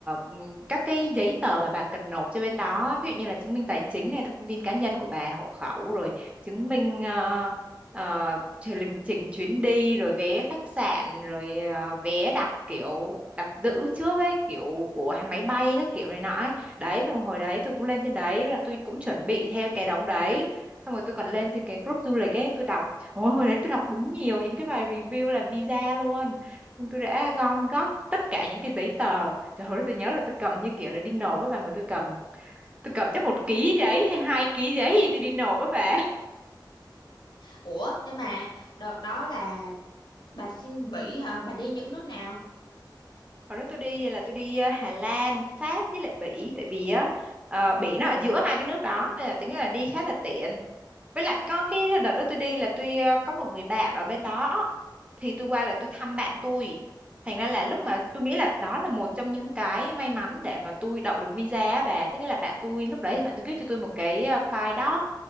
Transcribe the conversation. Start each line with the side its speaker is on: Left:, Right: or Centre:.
Right: ừm, các cái giấy tờ mà bà cần nộp cho bên đó ví dụ như là chứng minh tài chính này thông tin cá nhân của bà hộ khẩu rồi chứng minh ờ, ờ, trình lịch trình chuyến đi rồi vé khách sạn rồi à, vé đặt kiểu đặt giữ trước ấy kiểu của hai máy bay các kiểu này nọ ấy đấy thì hồi đấy tôi cũng lên trên đấy là tôi cũng chuẩn bị theo cái đống đấy xong rồi tôi còn lên trên cái group du lịch ấy tôi đọc Ôi, hồi đấy tôi đọc đúng nhiều những cái bài review làm visa luôn Xong tôi đã gom góp tất cả những cái giấy tờ trời ơi tôi nhớ là tôi cầm như kiểu là đi nộp á bà mà tôi cầm tôi cầm chắc một ký giấy hay hai ký giấy thì tôi đi nộp á bà
Left: Ủa, nhưng mà đợt đó là bà xin bỉ hả? Bà đi những nước nào?
Right: hồi đó tôi đi là tôi đi ờ, Hà Lan Pháp với lại Bỉ tại vì á ờ, Bỉ nó ở giữa hai cái nước đó nên là tính là đi khá là tiện với lại có cái đợt đó tôi đi là tôi ờ, có một người bạn ở bên đó thì tôi qua là tôi thăm bạn tôi thành ra
Left: Ừ.
Right: là lúc mà tôi nghĩ là đó là một trong những cái may mắn để mà tôi đậu được visa á bà tức nghĩa là bạn tôi lúc đấy thì bạn tôi viết cho tôi một cái ờ, file doc